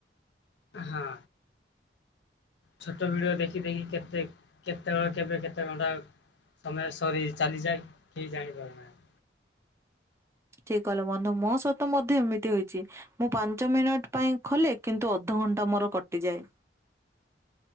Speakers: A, on the left (about 80°); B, on the right (about 15°).
A: ହଁ। ଛୋଟ ଭିଡିଓ ଦେଖି ଦେଖି କେତେ କେତେବେଳେ କେବେ କେତେ ଘଣ୍ଟା ସମୟ ସରି ଚାଲିଯାଏ କେହି ଜାଣିପାରୁନାହିଁ।
B: ଠିକ୍ କହିଲ ବନ୍ଧୁ ମୋ ସହିତ ମଧ୍ୟ ଏମିତି ହେଇଛି। ମୁଁ ପାଞ୍ଚ ମିନିଟ୍ ପାଇଁ ଖୋଲେ କିନ୍ତୁ ଅଧଘଣ୍ଟା ମୋର କଟିଯାଏ।